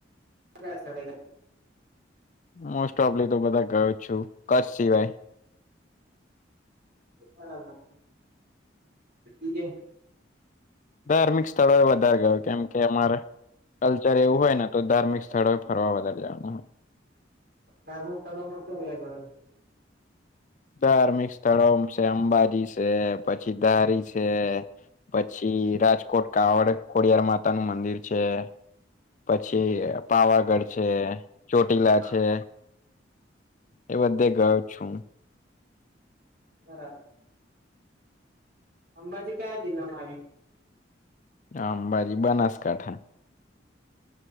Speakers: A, on the right (about 55°); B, on the left (about 40°).
A: <unintelligible>
B: મોસ ટોપલી તો બધા ગયો છું કસ શિવાય.
A: <unintelligible>
B: ધાર્મિક સ્થળો વધારે ગયો કેમ કે અમારે કલ્ચર એવું હોય ને તો ધાર્મિક સ્થળો ફરવા વધારે જવાનું હોય.
A: ધાર્મિક સ્થળોમાં ક્યાં ગયા તમે
B: ધાર્મિક સ્થળો છે અંબાજી છે પછી ધારી છે. પછી રાજ કોટ કાવડ ખોડિયાર માતા નું મંદિર છે. પછી પાવાગઢ છે ચોટીલા
A: હા
B: છે. એ બધે ગયો છું.
A: બરાબ અંબાજી કયા જિલ્લામાં આવી?
B: અંબાજી બનાસકાંઠા.